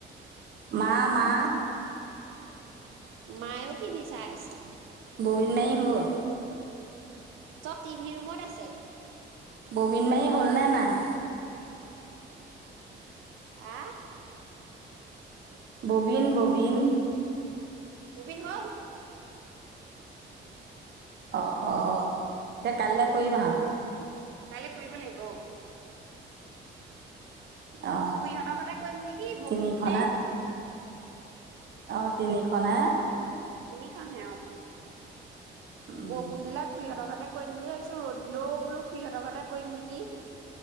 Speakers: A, on the right; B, on the right.
A: মা মা
B: মায়েও টিভি চাই আছে
A: ববিন মাৱি হ'ল
B: চব টিভি ৰুমত আছে
A: ববিন মাৰি হ'ল নে নাই
B: আহ
A: ববিন ববিন
B: ববিন হল
A: অ অ অ এতিয়া কাইলৈ কৰিবা হা
B: কাইলে কৰিব লাগিব অ
A: অ
B: খুৰীহঁতৰ ঘতে কৱিম নেকি বষুণ
A: তিনিখনে
B: দিলে
A: অ তিনিখন হে
B: তিনিখন হে অ
A: উম
B: বৰষুণ দিলে খুৰীহঁতৰ ঘতে কৰিম বুলি ভাবিছো ৰ'দ দিলেও বোলো খুুৰীহঁতৰ ঘতে কৰিম নেকি